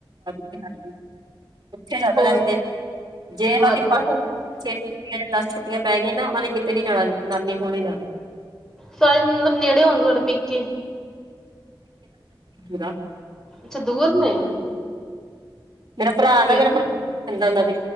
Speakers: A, on the right; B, in the centre.
A: ਹਾਂਜੀ ਜ਼ਿਆਦਾ
B: ਹੋਰ
A: ਰਹਿੰਦੇ ਜੇ ਉਹਦੀ
B: ਵਧੀਆ ਫਿਰ ਤੇ।
A: ਛੇ ਛੁੱਟੀਆਂ ਜਾਂ ਦਸ ਛੁੱਟੀਆਂ ਪੈ ਗਈ ਨਾ ਨੇ ਕਿਤੇ ਨੀ ਜਾਣਾ ਨਾਨੇ ਕੋਲ ਨੀ ਜਾਣਾ
B: ਸਾਰੇ ਮਤਲਬ ਨੇੜੇ ਹੋਣਗੇ ਤੁਡੇ ਪੇਕੇ
A: ਕਿਦਾ
B: ਅੱਛਾ ਦੂਰ ਨੇ
A: ਮੇਰਾ ਭਰਾ ਨਾ
B: ਫੇਰ
A: ਮੇਰਾ
B: ਵੀ
A: ਭਰ ਉਹ ਨ ਦੇ